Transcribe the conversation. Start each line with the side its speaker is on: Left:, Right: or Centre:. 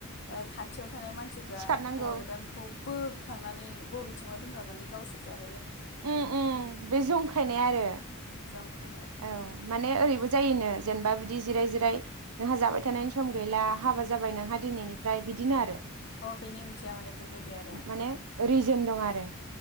Left: ओ खाथियाव थानाय मानसिफ्रा
Right: सिखारनांगौ
Left: हौवा गोदानखौ बोखांनानै बबेथिंबा दोनहरनानै गावसोर जा
Right: उम उम बे जंखायनाय आरो।
Left: दंखाय
Right: औ माने ओरैबो जायोनो जेनेबा बिदि जिराय जिराय नोंहा जाबाय थानायनि सम गैला हाबा जाबाय नोंहा दिनैनि ओमफ्राय बिदिनो आरो
Left: औ बेनि ओंथिया माने बेबायदि आरो
Right: माने रिजोन दं आरो